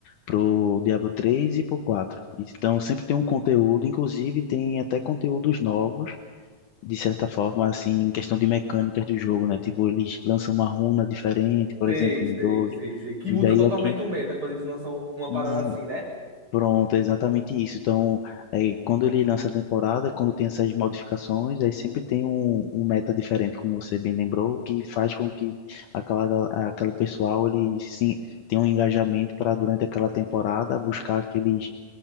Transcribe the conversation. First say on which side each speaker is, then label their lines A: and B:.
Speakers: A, on the left; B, on the right.
A: pro Diablo três e pro quatro. Então sempre tem um conteúdo, inclusive tem até conteúdos novos de certa forma, assim, em questão de mecânicas do jogo, né? Tipo, eles lançam uma runa diferente, por
B: sei,
A: exemplo,
B: sei,
A: no dois
B: sei, sei. Que
A: e
B: muda
A: daí
B: totalmente
A: aqui,
B: o meta quando eles lançam uma parada
A: e
B: assim, né?
A: pronto, é exatamente isso. Então, é, quando ele lança a temporada, quando tem essas modificações, aí sempre tem um, um meta diferente, como você bem lembrou, que faz com que aquela, gal- aquele pessoal, ele sim, tenha um engajamento para, durante aquela temporada, buscar aqueles